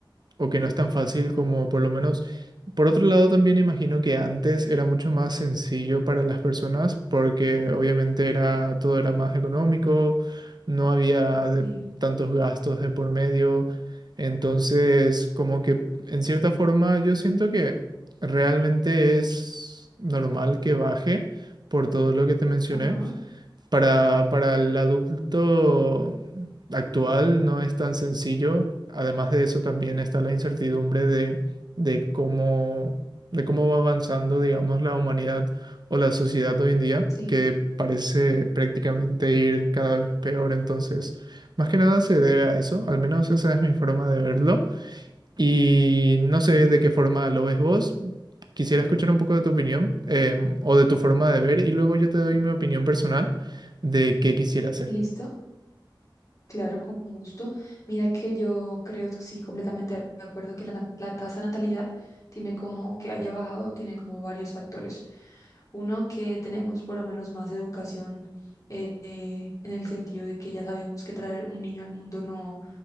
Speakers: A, on the right (about 55°); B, on the left (about 40°).
A: o que no es tan fácil como por lo menos. Por otro lado, también imagino que antes era mucho más sencillo para las personas porque obviamente era todo era más económico, no había de-
B: sí,
A: tantos gastos de por medio. Entonces, como que en cierta forma yo siento que realmente es normal que baje por todo lo que te mencioné.
B: ajá,
A: Para, para el adulto actual no es tan sencillo. Además de eso, también está la incertidumbre de, de cómo, de cómo va avanzando, digamos, la humanidad o la sociedad hoy en día,
B: sí.
A: que parece prácticamente ir cada vez peor. Entonces, más que nada se debe a eso, al menos esa es mi forma de verlo. Y no sé de qué forma lo ves vos. Quisiera escuchar un poco de tu opinión em, o de tu forma de ver y luego yo te doy mi opinión personal de qué quisiera hacer.
B: ¿Listo? Claro, con gusto. Mira que yo creo, que sí, completamente de acuerdo que la, na- la tasa de natalidad tiene como que haya bajado, tiene como varios factores. Uno, que tenemos por lo menos más educación eh, eh, en el sentido de que ya sabemos que traer un niño al mundo no,